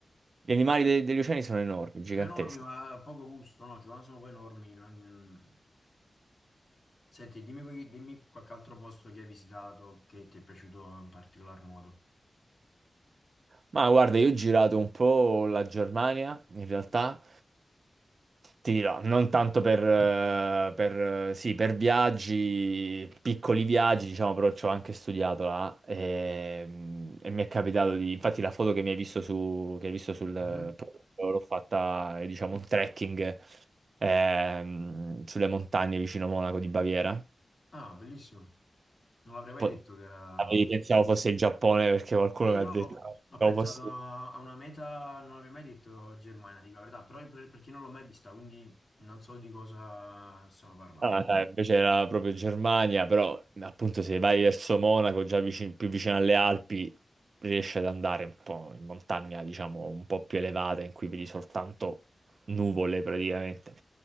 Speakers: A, on the right; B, on the left.
A: Gli animali de- degli oceani sono enormi, giganteschi.
B: sono enormi, ma poco gusto, no? Che quando sono poi enormi. non- mm, Senti, dimmi, qui- dimmi qualche altro posto che hai visitato che ti è piaciuto in particolar modo.
A: Ma guarda, io ho girato un po' la Germania, in realtà, ti dirò, non tanto per, eh, per, eh, sì, per viaggi, piccoli viaggi, diciamo, però ci ho anche studiato là e, e mi è capitato di, infatti la foto che mi hai visto su, che hai visto sul
B: Mhm.
A: eh, profilo, l'ho fatta, eh, diciamo, un trekking ehm, sulle montagne vicino Monaco di Baviera.
B: Ah, bellissimo. Non l'avrei mai
A: Po-
B: detto che era.
A: Pensavo fosse il Giappone perché qualcuno
B: Sì,
A: mi
B: no,
A: ha detto,
B: ho, ho
A: pensavo
B: pensato
A: fosse...
B: a, a una meta, non avrei mai detto Germania, dico la verità, però per- perché non l'ho mai vista, quindi non so di cosa stiamo parlando.
A: Ah, dai, invece era proprio Germania, però appunto se vai verso Monaco, già vicin- più vicino alle Alpi, riesci ad andare un po' in montagna, diciamo, un po' più elevata, in cui vedi soltanto nuvole praticamente.